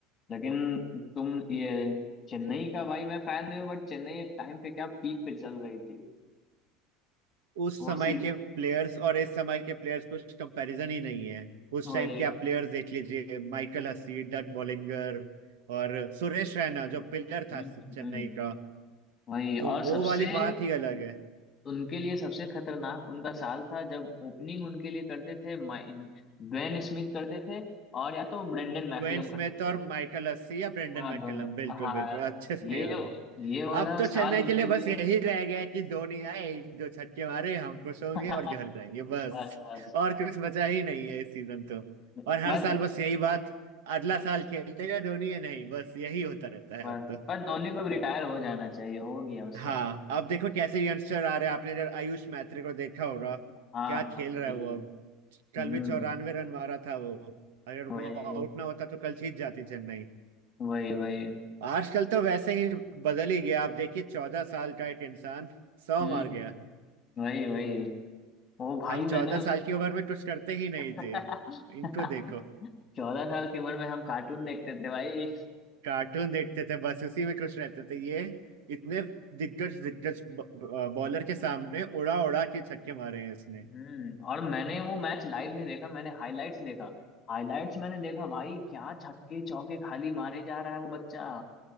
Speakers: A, on the left; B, on the right.
A: लेकिन तुम ये चेन्नई का भाई मैं फैन नहीं हूँ बट चेन्नई एक टाइम पे क्या पीक पे चल रही थी
B: उस
A: वो
B: समय
A: सी
B: के प्लेयर्स और इस समय के प्लेयर्स कुछ कंपैरिजन ही नहीं है उस
A: वही
B: टाइम के
A: है।
B: आप प्लेयर्स देख लीजिए माइकल हसी डट बॉलिंगर और सुरेश रैना जो पिलर
A: हम्म
B: था चेन्नई
A: हम्म,
B: का
A: वही
B: तो
A: और
B: वो
A: सबसे
B: वाली बात ही अलग है
A: उनके लिए सबसे खतरनाक उनका साल था जब ओपनिंग उनके लिए करते थे माइ- ड्वेन स्मिथ करते थे और या तो ब्रेंडन मैकुलम
B: ग्वेन स्मिथ
A: करते
B: और
A: थे
B: माइकल हसी या ब्रेंडन
A: हाँ
B: मैकलम
A: दोनों
B: बिल्कुल
A: हाँ
B: बिल्कुल अच्छे से
A: ये
B: याद है
A: ये वाला
B: अब तो
A: साल
B: चेन्नई
A: उनके
B: के लिए बस
A: लिए
B: यही रह गया है कि धोनी आए एक दो छक्के मारे हम खुश होंगे
A: <laughs>
B: और घर जाएंगे बस
A: बस बस
B: और कुछ बचा ही नहीं है इस सीजन तो
A: बस
B: और हर साल बस यही बात अगला साल खेलेगा धोनी या नहीं बस यही होता रहता है
A: बस
B: अब तो
A: पर धोनी को अब रिटायर हो जाना चाहिए हो गया उसका
B: हाँ अब देखो कैसे यंगस्टर आ रहे हैं आपने जब आयुष मैत्री को देखा होगा
A: हाँ
B: क्या
A: हाँ
B: खेल रहा
A: वही
B: है वो अब कल
A: हम्म
B: भी चौरानवे रन मारा था वो अगर
A: वही
B: वो आउट ना होता तो कल जीत जाती चेन्नई
A: वही वही
B: आजकल तो वैसे ही बदल ही गया आप देखिए चौदह साल का एक इंसान सौ
A: हम्म
B: मार गया
A: हम्म, वही वही ओ भाई
B: हम
A: मैंने
B: चौदह
A: उस
B: साल की उम्र में कुछ करते ही नहीं
A: <laughs>
B: थे इनको देखो
A: चौदह साल की उम्र में हम कार्टून देखते थे भाई
B: कार्टून देखते थे बस उसी में खुश रहते थे ये इतने दिग्गज दिग्गज बॉलर के सामने उड़ा उड़ा के छक्के मारे हैं इसने
A: हम्म और मैंने वो मैच लाइव नहीं देखा मैंने हाइलाइट्स देखा हाइलाइट्स मैंने देखा भाई क्या छक्के चौके खाली मारे जा रहा है वो बच्चा